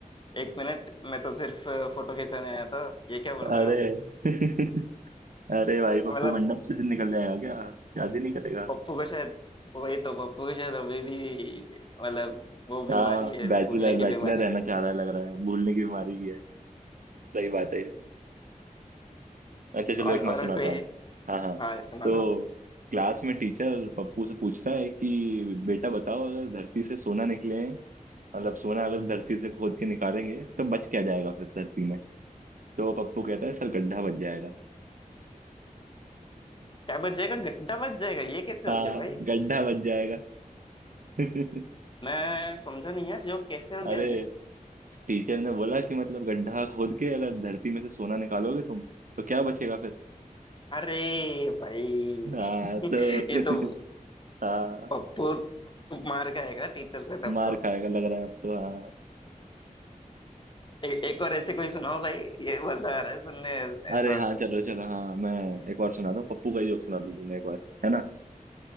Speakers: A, on the left; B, on the right.
A: एक मिनट मैं तो सिर्फ अ, फोटो खिंचाने आया था ये क्या
B: अरे
A: बोल रहे हो
B: <laughs> अरे भाई पप्पू
A: तो मतलब
B: मंडप से दिन निकल जाएगा क्या शादी नहीं करेगा
A: पप्पू को शायद वही तो पप्पू को शायद अभी भी मतलब वो बीमारी
B: हाँ
A: है
B: बैचलर
A: भूलने की
B: बैचलर
A: बीमारी
B: रहना चाह रहा है लग रहा है भूलने की बीमारी भी है सही बात है अच्छा चलो
A: और
B: एक
A: और
B: मैं सुनाता
A: कोई है
B: हूँ हाँ हाँ
A: हाँ सुना
B: तो
A: दो
B: क्लास में टीचर पप्पू से पूछता है कि बेटा बताओ अगर धरती से सोना निकले मतलब सोना अगर धरती से खोद के निकालेंगे तो बच क्या जाएगा फिर धरती में तो पप्पू कहता है सर गड्ढा बच जाएगा <laughs>
A: क्या बच जाएगा घंटा बच जाएगा ये कैसे
B: हाँ
A: हो गया भाई
B: गड्ढा बच जाएगा <laughs>
A: मैं समझा नहीं यार जो कैसे हो
B: अरे
A: गया ये
B: टीचर ने बोला कि मतलब गड्ढा खोद के अगर धरती में से सोना निकालोगे तुम तो क्या बचेगा फिर
A: अरे भाई <laughs>
B: हाँ तो
A: ये तो
B: <laughs> हाँ
A: पप्पू मार खाएगा टीचर से तब
B: मार
A: तो
B: खाएगा लग रहा है अब तो हाँ
A: ए, एक और ऐसी कोई सुनाओ भाई ये मजा आ रहा है सुनने ऐसा
B: अरे हाँ चलो चलो हाँ मैं एक और सुना दूं पप्पू का ही जोक सुना दूं तुम्हें एक बार है ना